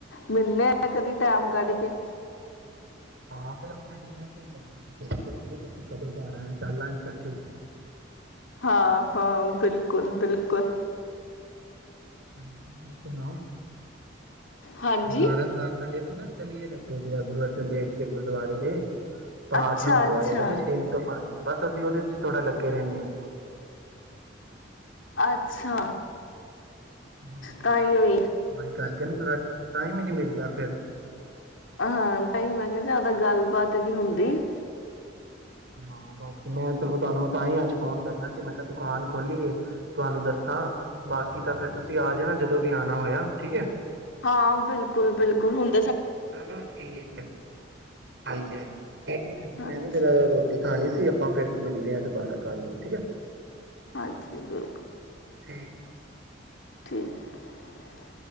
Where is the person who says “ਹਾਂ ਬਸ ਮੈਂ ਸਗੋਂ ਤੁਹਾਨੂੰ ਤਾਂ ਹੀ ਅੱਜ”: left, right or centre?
Right